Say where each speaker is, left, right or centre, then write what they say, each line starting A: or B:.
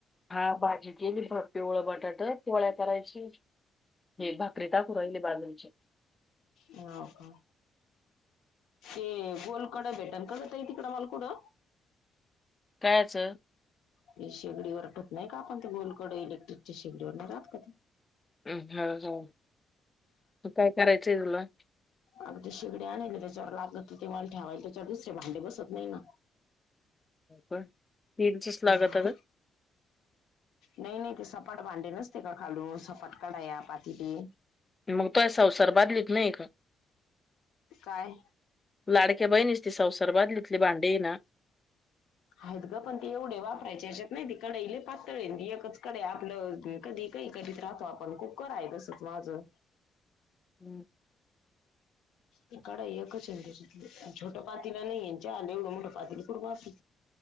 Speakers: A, on the left; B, on the left.
A: हा भाजीची केली ब पिवळं बटाटं पोळ्या करायची हे भाकरी टाकून राहिले बाजरीची
B: हाव का ते गोल कडं भेटल का ग ताई तिकडं मला कुटं?
A: कायाचं
B: ते शेगडीवर <inaudible> नाही का आपण ते गोल कडं इलेक्ट्रिकच्या शेगडीवर नाही राहात का ते
A: <unintelligible> तू काय करायचंय तुला?
B: आमची शेगडी आणेल है त्याच्यावर लागत होती मला ठेवायला त्याच्यावर दुसरे भांडे बसत नाही ना
A: पण स्टिलच लागतं
B: हम्म
A: का?
B: नाही नाही ते सपाट भांडे नसते का खालून सपाट कढाया पातीली
A: मग काय संसार बादलीत नाइये का?
B: काय
A: लाडक्या बहिणीचे ती संसार बादलीतले भांडी ये ना
B: हाईत गं पण ते एवढे वापरायचे ह्याच्यात नाईत ते कडई लै पातळाय ती एकच कडई आपलं कधी काई करीत राहतो आपण कुक्कर हाये तस्सच माझं
A: हम
B: ती कडाई एकच हैन त्याच्यात छोटं पातेलं नाहीयेय ना चहाला एवढं मोठं पातेलं कुठ बास <inaudible>